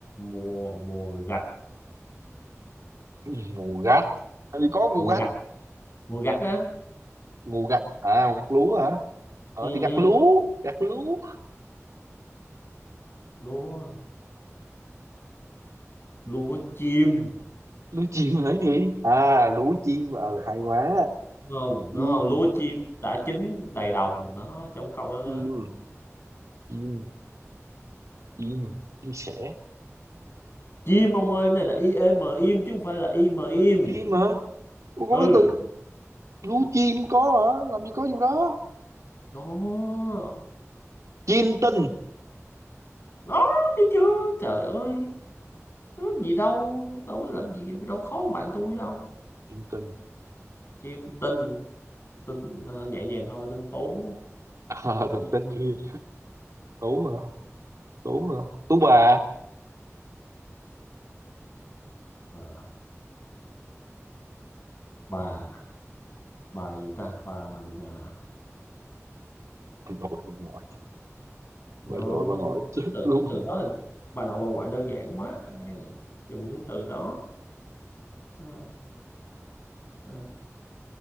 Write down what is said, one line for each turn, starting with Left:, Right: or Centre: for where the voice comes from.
Left: mùa mùa gặt
Right: Cái gì mùa gặt làm gì có mùa
Left: mùa
Right: gặt
Left: gặt mùa gặt á
Right: mùa gặt à mùa gặt lúa hả ờ
Left: ừ,
Right: thì gặt
Left: ừ.
Right: lúa gặt lúa
Left: lúa lúa chim
Right: lúa chim là cái gì à lúa chim ờ hay quá
Left: đúng không
Right: chim
Left: đúng không lúa chim đã chín đầy đồng nó trong câu đó đó
Right: chim chim chim chim sẻ
Left: chim ông ơi cái này là i e m im chứ không phải là i m im
Right: chim hả Ủa,
Left: ừ
Right: có cái từ lú chim có hả làm gì có vụ đó
Left: đó
Right: chim tinh
Left: đó thấy chưa trời ơi có gì đâu đâu có làm gì đâu khó bằng bạn tôi đâu
Right: chim tinh
Left: chim tinh tính ờ, nhẹ nhàng thôi tính tú
Right: à tưởng tinh kia tú hả tú hả tú bà
Left: Ờ, bà bà gì ta bà à,
Right: bà nội bà ngoại
Left: nó
Right: bà nội bà
Left: không không-
Right: ngoại chết
Left: từ
Right: luôn
Left: từ đó thì bà nội bà ngoại đơn giản quá Đây này, dùng những từ đó Ờ, ờ,